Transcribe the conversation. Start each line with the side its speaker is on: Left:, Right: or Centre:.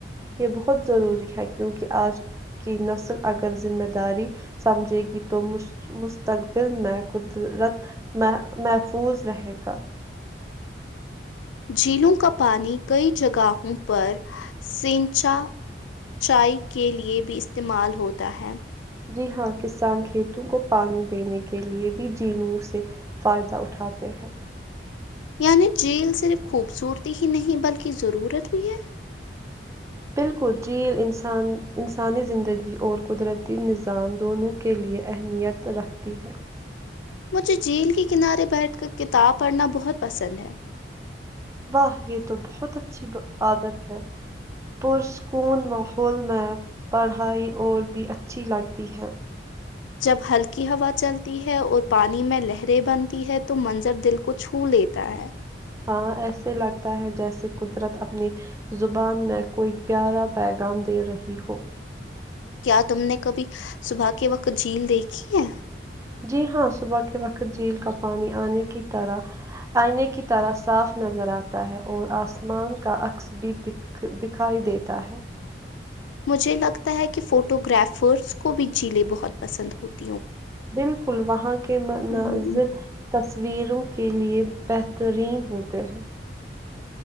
Right: یہ بہت ضروری ہے کیونکہ آج کی نسل اگر ذمہ داری سمجھے گی تو مستقبل میں قدرت محفوظ رہے گا
Left: جلوں کا پانی کئی جگہوں پر سنچا چائی کے لیے بھی استعمال ہوتا ہے
Right: جی ہاں کسان کھیتوں کو پانی دینے کے لیے بھی جینوں سے فائدہ اٹھاتے ہیں
Left: یعنی جھیل صرف خوبصورتی ہی نہیں بلکہ ضرورت بھی ہے
Right: بالکل جیل انسان انسانی زندگی اور قدرتی نظام دونوں کے لیے اہمیت رکھتی ہے
Left: مجھے جھیل کے کنارے بیٹھ کر کتاب پڑھنا بہت پسند ہے
Right: واہ یہ تو بہت اچھی عادت پرسکون ماحول میں پڑھائی اور بھی اچھی لگتی ہے
Left: جب ہلکی ہوا چلتی ہے اور پانی میں لہریں بنتی ہے تو منظر دل کو چھو لیتا ہے
Right: ہاں ایسے لگتا ہے جیسے قدرت اپنی زبان میں کوئی پیارا پیغام دے رہی ہو
Left: کیا تم نے کبھی صبح کے وقت جھیل دیکھی ہے
Right: جی ہاں صبح کے وقت جھیل کا پانی آئنے کی طرح صاف نظر آتا ہے اور آسمان کا عکس بھی دکھائی دیتا ہے
Left: مجھے لگتا ہے کہ فوٹو گرافرس کو بھی جلے بہت پسند ہوتے
Right: بالکل وہاں کے
Left: گی
Right: مناظر تصویروں کے لیے بہترین ہوتے ہیں